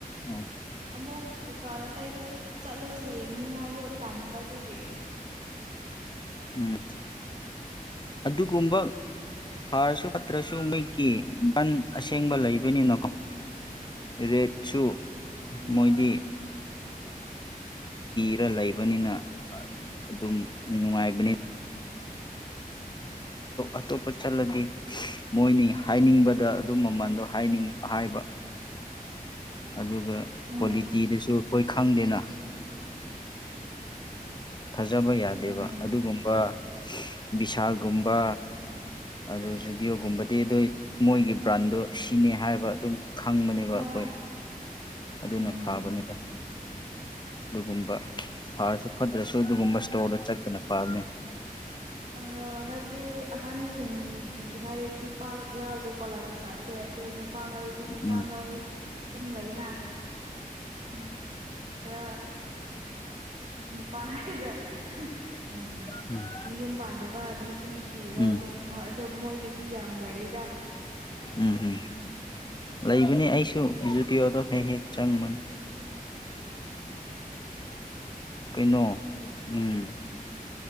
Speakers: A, on the left; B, on the right.
A: ꯑꯣ
B: ꯑꯃꯨꯛ ꯗꯨꯀꯥꯟ ꯑꯇꯩꯗ ꯆꯠꯂꯒ ꯌꯦꯡꯅꯤꯉꯥꯏꯗꯣ ꯇꯟꯥꯟꯕꯗꯨꯒꯤ
A: ꯎꯝ ꯑꯗꯨꯒꯨꯝꯕ ꯊꯥꯔꯁꯨ ꯐꯠꯇ꯭ꯔꯁꯨ ꯃꯀꯤ ꯕꯟ ꯑꯁꯦꯡꯕ ꯂꯩꯕꯅꯤꯅꯀꯣ ꯔꯦꯠꯁꯨ
B: ꯎꯝ
A: ꯃꯣꯏꯗꯤ ꯈꯔ ꯂꯩꯕꯅꯤꯅ ꯑꯗꯨꯝ ꯅꯨꯡꯉꯥꯏꯕꯅꯤ ꯑꯇꯣꯞꯄ ꯆꯠꯂꯗꯤ ꯃꯣꯏꯅꯤ ꯍꯥꯏꯅꯤꯡꯕꯗ ꯑꯗꯨꯝ ꯃꯃꯜꯗꯣ ꯍꯥꯏꯅꯤꯡ ꯍꯥꯏꯕ ꯎ ꯑꯗꯨꯒ
B: ꯎꯝ
A: ꯀ꯭ꯋꯥꯂꯤꯇꯤꯗꯁꯨ ꯑꯩꯈꯣꯏ ꯈꯪꯗꯦꯅ ꯊꯥꯖꯕ ꯌꯥꯗꯦꯕ
B: ꯎꯝ
A: ꯑꯗꯨꯒꯨꯝꯕ ꯕꯤꯁꯥꯜꯒꯨꯝꯕ ꯑꯗꯨ ꯖꯨꯗꯤꯑꯣꯒꯨꯝꯕꯗꯤ ꯑꯗꯨ ꯃꯣꯏꯒꯤ ꯕ꯭ꯔꯥꯟꯗꯣ ꯁꯤꯅꯤ ꯍꯥꯏꯕ ꯑꯗꯨꯝ ꯈꯪꯕꯅꯦꯕ
B: ꯍꯣꯏ
A: ꯑꯩꯈꯣꯏ ꯑꯗꯨꯅ
B: ꯎꯝ
A: ꯐꯕꯅꯤꯕ ꯑꯗꯨꯒꯨꯝꯕ ꯐꯥꯔꯁꯨ ꯐꯗ꯭ꯔꯁꯨ ꯑꯗꯨꯒꯨꯝꯕ ꯏꯁꯇꯣꯔꯜꯗ ꯆꯠꯇꯅ ꯄꯥꯝꯃꯤ
B: ꯑ ꯍꯥꯏꯕꯗꯤ ꯑꯍꯟꯁꯤꯡꯒꯤ ꯍꯥꯏꯔꯗꯤ ꯄꯥꯛ ꯌꯥꯎꯗꯦ ꯀꯣꯂꯥ ꯇꯨꯁꯥꯠꯁꯦ ꯑꯗꯨꯒ ꯅꯨꯄꯥ ꯍꯥꯏꯔꯗꯤ ꯅꯨꯄꯥ
A: ꯎꯝ
B: ꯅꯣꯏ ꯑꯗꯨꯝ ꯂꯩꯅ ꯎꯝ ꯈꯔ ꯅꯨꯄꯥ ꯍꯥꯏꯔꯒ ꯎ
A: ꯎꯝ
B: ꯃꯌꯨꯝ ꯄꯥꯟꯗꯕ ꯅꯨꯄꯤ ꯊꯤꯗꯕ
A: ꯎꯝ
B: ꯃꯣꯏꯒꯤꯗꯤ ꯌꯥꯝ ꯂꯩꯗ
A: ꯎꯝ ꯎꯝ ꯂꯩꯕꯅꯤ ꯑꯩꯁꯨ ꯖꯨꯇꯌꯣꯗꯣ ꯍꯦꯛ ꯍꯦꯛ ꯆꯪꯕꯅꯤ
B: <inaudible>
A: ꯀꯩꯅꯣ ꯎꯝ